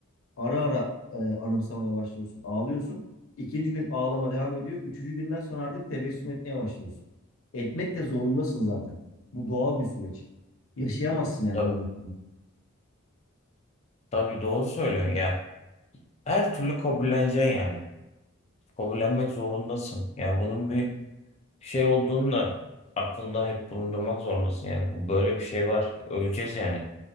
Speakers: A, on the left; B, on the left.
A: Ara ara e, anımsamaya başlıyorsun. Ağlıyorsun. İkinci gün ağlama devam ediyor. Üçüncü günden sonra artık tebessüm etmeye başlıyorsun. Etmek de zorundasın zaten. Bu doğal bir süreç. Yaşayamazsın yani
B: Tabii.
A: öbür türlü.
B: Tabii doğru söylüyorsun ya. Her türlü kabulleneceksin yani. Kabullenmek zorundasın. Ya bunun bir şey olduğunu da aklında hep bulundurmak zorundasın. Yani bu böyle bir şey var. Öleceğiz yani.